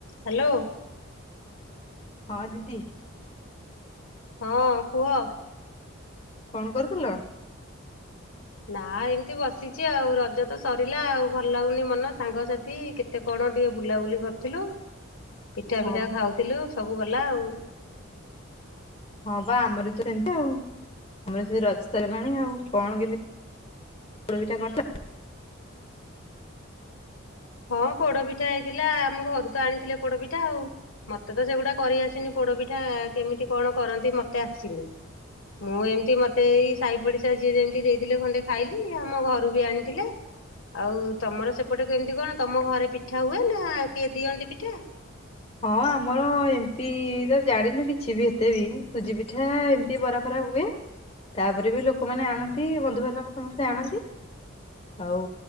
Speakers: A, on the left; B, on the left.
A: Hello.
B: ହଁ ଦିଦି।
A: ହଁ କୁହ?
B: କଣ କରୁଥିଲ? <inaudible>
A: ନା ଏମିତି ବସିଚି ଆଉ, ରଜ ତ ସରିଲା ଆଉ ଭଲ ଲାଗୁନି ମନ ସାଙ୍ଗସାଥି କେତେ କଣ ଟିକେ ବୁଲାବୁଲି କରିଥିଲୁ। ପିଠା
B: ହଁ
A: ପିଠା ଖାଉଥିଲୁ ସବୁ କ ହେଲା ଆଉ। <inaudible>
B: ହଁ ବା ଆମର ତ ସେମିତି ଆଉ ଆମର ସେ ରଜ ସାରିଗଲାଣି ଆଉ କଣ କେମିତି <inaudible> ପୋଡ ପିଠା କରିଥିଲ।
A: ହଁ ପୋଡପିଠା ହେଇଥିଲା, ଆମ ଘରୁ ତ ଆଣିଥିଲେ ପୋଡପିଠା ଆଉ, ମତେ ତ ସେଗୁଡା କରି ଆସେନି ପୋଡପିଠା କେମିତି କଣ କରନ୍ତି ମତେ ଆସେନି, ମୁଁ ଏମିତି ମତେ ଏଇ ସାହି ପଡିଶା ଯିଏ ଯେମିତି ଦେଇଥିଲେ, ଖଣ୍ଡେ ଖାଇଲି ଆମ ଘରୁ ବି ଆଣିଥିଲେ ଆଉ ତମର ସେପଟେ କେମିତି କଣ? ତମ ଘରେ ପିଠା ହୁଏ, ନା କିଏ ଦିଅନ୍ତି ପିଠା?
B: ହଁ ଆମର ଏମିତି ତ ଜାଣିନୁ କିଛି ବି ଏତେ ବି, ସୁଜି ପିଠା ଏମିତି ବରା ଫରା ହୁଏ, ତାପରେ ବି ଲୋକମାନେ ଆଣନ୍ତି, ବନ୍ଧୁବାନ୍ଧବ ସମସ୍ତେ ଆଣନ୍ତି, ଆଉ